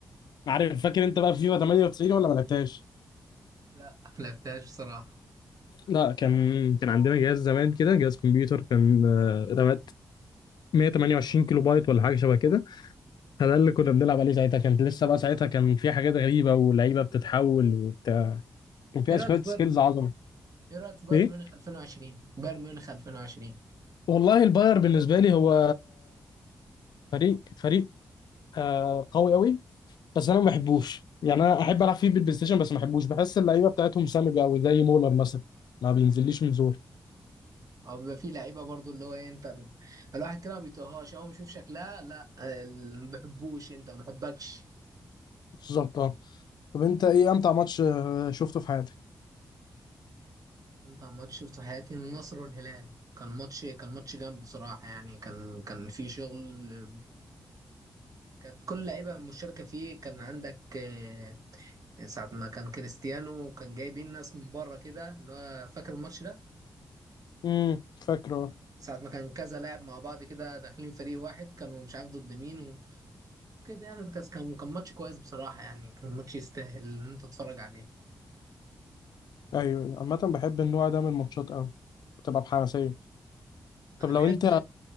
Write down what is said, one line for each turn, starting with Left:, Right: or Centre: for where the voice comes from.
Left: عارف فاكر انت بقى فيفا 98 ولا ما لعبتهاش
Right: <laughs> لا ما لعبتهاش بصراحه
Left: لا كان كان عندنا جهاز زمان كده جهاز كمبيوتر كان آه، رامات 128 كيلو بايت ولا حاجه شبه كده فده اللي كنا بنلعب عليه ساعتها كانت لسه بقى ساعتها كان في حاجات غريبه ولعيبه بتتحول وبتاع كان فيها
Right: ايه
Left: شويه
Right: رايك في
Left: سكيلز
Right: بايرن
Left: عظمه
Right: ايه رايك في بايرن
Left: ايه
Right: ميونخ 2020 بايرن ميونخ 2020
Left: والله الباير بالنسبة لي هو فريق فريق آه قوي قوي بس أنا ما بحبوش يعني أنا أحب ألعب فيه بالبلاي ستيشن بس ما بحبوش بحس اللعيبة بتاعتهم سامجة قوي زي مولر مثلا ما بينزليش من زور
Right: او بيبقى فيه لعيبه برضو اللي هو ايه انت الواحد كده ما بيطيقهاش اول ما يشوف شكلها لا ال- ما بحبوش انت ما بحبكش
Left: بالظبط أه طب أنت إيه أمتع ماتش آه، شفته في حياتك؟
Right: انت ماتش شفته في حياتي النصر والهلال كان ماتش كان ماتش جامد بصراحه يعني كان كان في شغل كانت كل لعيبه مشاركه فيه كان عندك آه، ساعه ما كان كريستيانو كان جايبين ناس من بره كده اللي هو فاكر الماتش ده
Left: امم فاكره
Right: ساعة ما كان كذا لاعب مع بعض كده داخلين فريق واحد كانوا مش عارف ضد مين كده يعني فكاس كان كان ماتش كويس بصراحة يعني كان ماتش يستاهل إن أنت تتفرج عليه
Left: أيوه عامة بحب النوع ده من الماتشات قوي بتبقى بحماسية
Right: أنا
Left: طب
Right: بحب
Left: لو أنت